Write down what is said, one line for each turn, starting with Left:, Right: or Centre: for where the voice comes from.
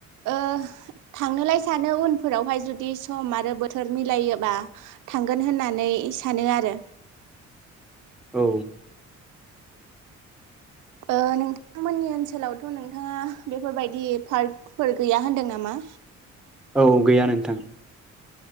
Right: ओ थांनोलाय सानो उनफोरावहाय जुदि सम आरो बोथोर मिलायोबा थांगोन होननानै सानो आरो।
Centre: औ
Right: ओ नोंथांमोननि ओनसोलावथ' नोंथाङा बेफोरबायदि पार्कफोर गैया होनदों नामा?
Centre: औ गैया नोंथां।